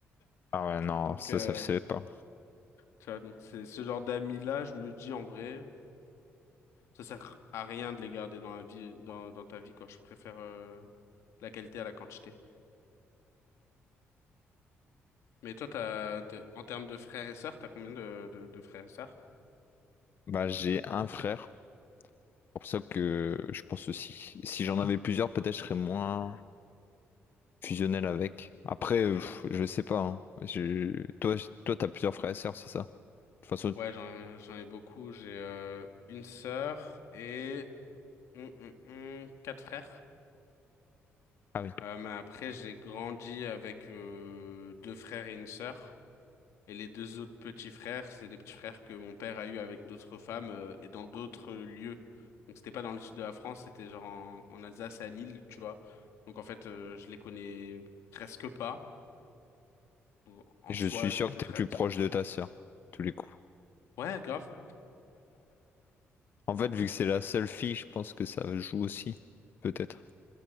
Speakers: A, on the left; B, on the left.
A: Ah ouais, non,
B: Donc,
A: ça,
B: euh,
A: ça se fait pas.
B: tu vois, donc c'est ce genre d'amis-là, je me dis en vrai, ça sert à rien de les garder dans la vie, dans, dans ta vie, quoi. Je préfère, euh, la qualité à la quantité. Mais toi, t'as, t'es- en termes de frères et sœurs, t'as combien de, de, de frères et sœurs?
A: Bah, j'ai un frère. pour ça que je pense aussi, si j'en avais plusieurs, peut-être je serais moins fusionnel avec. Après, euh,
B: Ouais.
A: pff, je sais pas. hein. Je- Toi, j- toi, t'as plusieurs frères et sœurs, c'est ça? De toute façon,
B: Ouais, j'en, j'en ai beaucoup. J'ai euh, une sœur et hum, hum, hum, quatre frères.
A: ah oui.
B: Euh, mais après, j'ai grandi avec euh, deux frères et une sœur. Et les deux autres petits frères, c'est des petits frères que mon père a eu avec d'autres femmes euh, et dans d'autres lieux. Donc c'était pas dans le sud de la France, c'était genre en, en Alsace à Lille, tu vois. Donc en fait, euh, je les connais presque pas. Donc, En
A: Je
B: soi,
A: suis sûr
B: j'ai
A: que
B: deux
A: t'es
B: frères
A: plus
B: et une
A: proche
B: sœur.
A: de ta sœur, tous les coups.
B: Ouais, grave.
A: En fait, vu que c'est
B: Et-
A: la seule fille, je pense que ça joue aussi, peut-être.